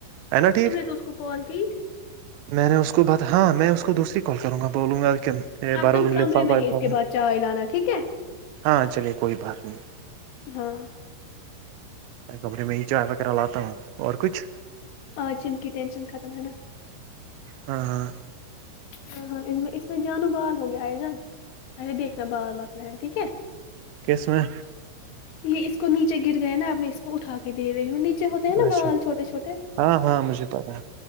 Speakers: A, on the right (about 80°); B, on the left (about 70°).
A: ہے نا ٹھیک
B: تم نے تو اس کو کال کی تھی
A: میں نے اس کو بات ہاں میں اس کو دوسری کال کروں گا بولوں گا
B: اب
A: بارو
B: تم کمرے
A: لفافہ
B: میں ہی
A: لفافہ
B: اس کے بعد چائے لانا ٹھیک ہے
A: ہاں چلیے کوئی بات نہیں
B: ہاں
A: کمرے میں ہی چائے وغیرہ لاتا ہوں اور کچھ
B: آج جم کی ٹینشن ختم ہے نا
A: ہاں ہاں
B: ہاں ہاں اس میں جانو بال ہو گیا ہے جان اے دیکنا بال متنا ہے ٹھیک ہے
A: کس میں
B: یہ اس کو نیچے گر گیا نا اب میں اس کو اٹھا کے دے رہی ہ نیچے ہوتے ہیں نا
A: اچھا
B: بال چھوٹے چھوٹے
A: ہاں ہاں مجھے پتا